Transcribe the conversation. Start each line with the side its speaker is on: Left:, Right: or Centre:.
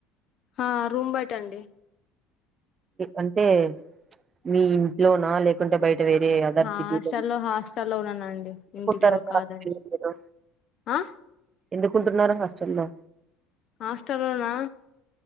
Left: ఆ రూమ్ బయట అండి
Right: అంటే మీ ఇంట్లోనా లేకుంటే బయట వేరే అదర్
Left: హాస్టల్లో
Right: సిటీలో
Left: హాస్టల్లో ఉన్నానండి ఇంటిలో
Right: కుంటారండి
Left: కాదని
Right: హాస్టల్లో మీరు
Left: ఆ
Right: ఎందుకుంటున్నారు హాస్టల్లో
Left: హాస్టల్లోనా